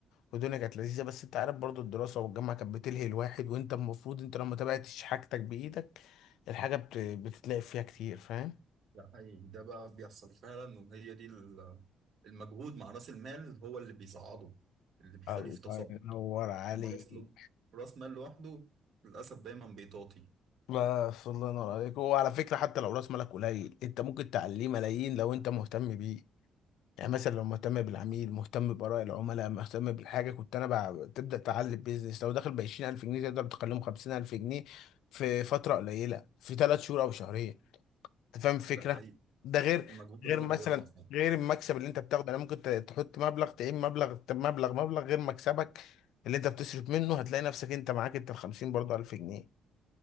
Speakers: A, on the left; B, on the right.
A: والدنيا كانت لذيذة بس أنت عارف برضو الدراسة والجامعة كانت بتلهي الواحد وأنت المفروض أنت لو ما تابعتش حاجتك بإيدك الحاجة بت... بتتلاقي فيها كتير فاهم؟
B: ده حقيقي ده بقى بيحصل فعلا وهي دي ال- المجهود مع راس المال هو اللي بيصعده اللي بيخليه
A: الله
B: في تصاعد
A: ينور عليك
B: اما راس له- راس مال لوحده للاسف دايما بيطاطي
A: بس الله ينور عليك وعلى فكرة حتى لو رأس مالك قليل أنت ممكن تعليه ملايين لو أنت مهتم بيه يعني مثلا لو مهتم بالعميل مهتم بآراء العملاء مهتم بالحاجة كنت أنا بقى تبدأ تعلي البيزنس لو داخل بعشرين ألف جنيه تقدر تقلمه خمسين ألف جنيه في فترة قليلة في ثلاث شهور أو شهرين أنت فاهم الفكرة؟
B: ده حقيقي
A: ده غير
B: المجهود
A: غير
B: هو
A: مثلا
B: اللي بيرفع صوته
A: غير المكسب اللي أنت بتاخده يعني ممكن ت- تحط مبلغ تعين مبلغ مبلغ مبلغ غير مكسبك اللي أنت بتصرف منه هتلاقي نفسك أنت معاك أنت ال 50 برضه ألف جنيه